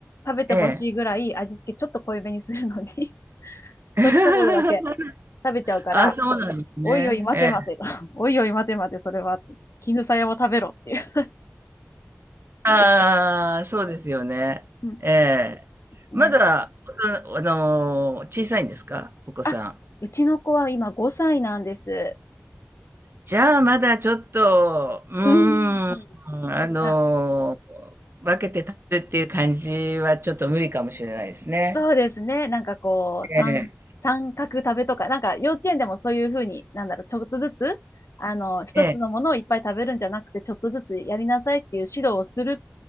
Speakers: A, on the left; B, on the right.
A: 食べてほしいぐらい味付けちょっと濃いめにするのに
B: ええ。
A: <laughs>
B: <laughs>
A: 鶏そぼろだけ食べちゃうから、
B: あ、そうなんですね。
A: おいおい待て待てと。
B: ええ。
A: <laughs> おいおい待て待て、それは。絹さやも食べろっていう。
B: ああ、
A: ね
B: そうですよね。
A: うん。
B: ええ。
A: ね。
B: まだ、おさあのー、小さいんですかお子さん。
A: あ、うちの子は今5歳なんです。
B: じゃあ、まだちょっと、うーん、
A: うん。うん
B: あのー、
A: な
B: 分けて食べるっていう感じはちょっと無理かもしれないですね。
A: そうですね。なんかこう、
B: ええ、
A: 三、三角食べとか、なんか幼稚園でもそういうふうに、なんだろう、ちょっとずつ、あの、一つのものをいっぱい食べるんじゃなくて、
B: ええ、
A: ちょっとずつやりなさいっていう指導をする